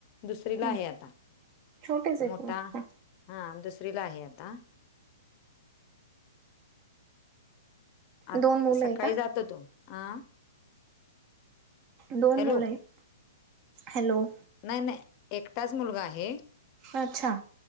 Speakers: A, on the left (about 35°); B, on the right (about 30°).
A: दुसरीला
B: हं
A: आहे आता.
B: छोटेच आहेत
A: मोठा-
B: मग.
A: हा दुसरीला आहे आता. आ-सकाळी
B: दोन मुलं आहे का?
A: जातो तो. आं?
B: दोन
A: हॅलो
B: मुल येत. हॅलो.
A: नाही नाही एकटाच मुलगा आहे.
B: अच्छा.